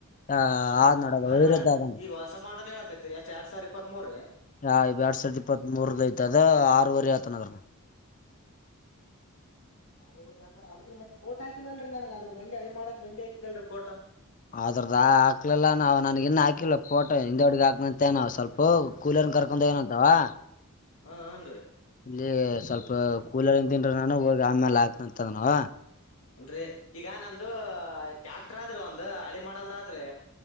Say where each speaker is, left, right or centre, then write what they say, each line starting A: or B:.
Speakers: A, on the left; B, on the left.
A: ಆ
B: ಎ ಯದ
A: ಆದ್ ನೋಡ್
B: ಹಂಗಾರ
A: ಅದ್ ವೈರದ್ದ್ ಆದ್ ನೋಡ್
B: ಈ ಹೊಸ ಮಾಡಲ್ ಹೇಳತ್ತರಿ ಎಷ್ಟ ಯಾಡ ಸಾವಿರ ಇಪ್ಪತ್ತ ಮೂರೀ
A: ಹಾ ಯಾಡ್ ಸಾವಿರದ ಇಪ್ಪತ್ತ್ ಮೂರ್ದ ಐತ ಅದ ಆರವರೆ ಆಯತನದ್ರ
B: ಅ ಅ್ರ ಅದ್ರ ಮತ್ತ ಫೋಟೋ ಹಾಕಿಲ್ಲಲ್ರಿ ನನಗ ಅದ್ರ ಹಳಿ ಮಾಡಲ್ ಒಂದೇ ಹಾಕಿದಲ್ರಿ ಫೋಟೋ
A: ಅದ್ರದ್ದ ಹಾಕ್ಲಿಲ್ಲಾ ನಾ ನನಗ ಇನ್ನ ಹಾಕಿಲ್ಲ ಫೋಟೋ ಹಿಂದ ಗಡಿಗ ಹಾಕತನ ಹೇಳೆನ ಸಲ್ಪ ಓ ಕೂಲರ್ ಕರ್ಕೊಂಡ ಹೋಗ್ಯಾನ ಅಂತ ಆವಾ
B: ಹ ಹಂನ್ರೀ
A: ಇಲ್ಲಿ ಸ್ವಲ್ಪ ಕೂಲರ ಇಂತಿನ್ರಿ ನಾನು ಹೋಗಿ ಆಮೇಲ ಆಕ್ತಂತನವ
B: ರಿ ಈಗ ನಂದು ಟ್ಯಾಕ್ಟರ್ ಆದ್ರಿ ಒಂದ ಹಳಿ ಮಾಡಲ್ದದ್ರಿ